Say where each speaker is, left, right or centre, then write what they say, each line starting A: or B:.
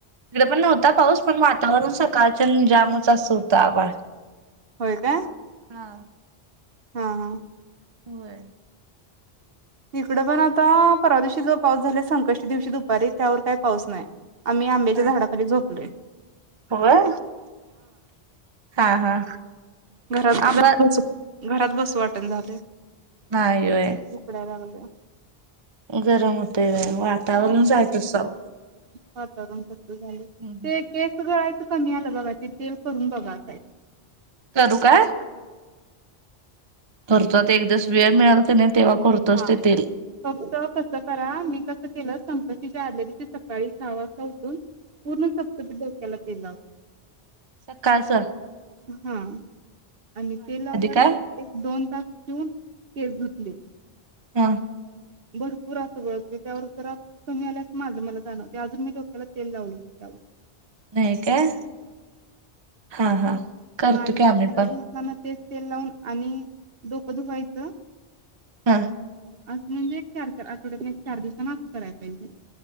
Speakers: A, on the right; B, on the right.
A: इकड पण नव्हता पाऊस, पण वातावरण सकाळच्यान जामच असं हुतं, आभाळ
B: होय काय?
A: हा.
B: हा हा.
A: होय.
B: इकडे पण आता परवा दिवशी जो पाऊस झाला संकष्टी दिवशी दुपारी त्यावर काय पाऊस नाही. आम्ही आंबच्या
A: नाही
B: झाडा खाली झोप <inaudible>
A: होय. हा हा.
B: घरात
A: आंबा
B: जाऊन उचल घरात बसू वाटण झालंय.
A: नाही व्हयं.
B: उकडाय लागलंय
A: गरम होतेय. होय. वातावरणच
B: हा
A: हाय तसं.
B: वातावरण तसं
A: हम्म हम्म.
B: ते केस गळायचं ते कमी आलं बघा. ते तेल करून बघा ताई.
A: करू काय? करतो आता एक दिवस वेळ मिळाल काय कणी तेव्हा? करतोच
B: हा.
A: ते तेल
B: फक्त कसं करा मी कसं मी कसं केलं संकष्टी च्या आदल्या दिवशी सकाळी सहा वाजता उठून. पूर्ण चपचपीत डोक्याला तेल लावं.
A: सकाळच.
B: अहं. आणि तेल लावल्यावर
A: काय
B: मग एक दोन, तास ठेऊन केस धुतले.
A: हा.
B: भरपूर असं गळत होतं त्यावर जरा कमी आल्यास माझं मला जाणवतय, अजून मी डोक्याला तेल लावलो नाही त्यावर.
A: नाही काय? हा हा. करतो
B: मअ आणि
A: की आम्ही
B: चार
A: पण
B: दिवसांन तेच तेल लावून आणि डोकं धुवायचं?
A: हा.
B: असं म्हणजे एक चार, चार आठवड्यातन एक चार दिवसान आंघोळ कराय पाहिजे.